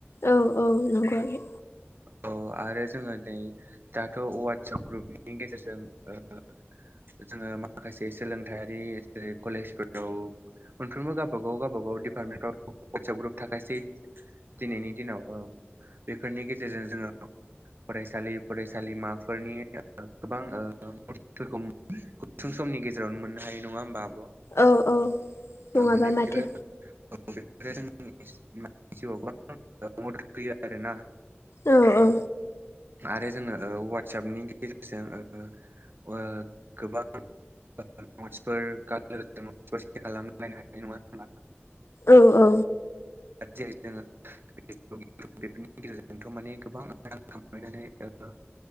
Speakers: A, on the left (about 75°); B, on the right (about 55°).
A: औ औ नंगौ आगै।
B: औ आरो जोङो नै दाथ' ववाटसाप ग्रुपनि गेजेरजों ओ जोङो माखासे सोलोंथायारि जेरै कलेजफोराव मोनफ्रोमबो गाबागाव गाबागाव दिपार्टमेन्टफ्राव ववाटसाप ग्रुप थाखासै। दिनैनि दिनाव औ बेफोरनि गेजेरजों जोङो फरायसालि फरायसालिमाफोरनि गोबां ओ मदफोरखौ गुसुं समनि गेजेरावनो मोननो हायो नङा होमबा आब'
A: औ औ नङाबा
B: माने
A: माथो
B: बेफोरो औ <unintelligible> जिउआव गोबां मदद होयो आरोना।
A: औ औ।
B: आरो जोङो ओ वाटसापनि गेजेरजों ओ ओ गोबां नटसफोर <unintelligible> सेर खालामलायनो हानाय नङा होनबा?
A: औ- औ।
B: जेरै जोङो <unintelligible> बेफोरनि गेजेरजोंथ' माने गोबां। खांनानै ओ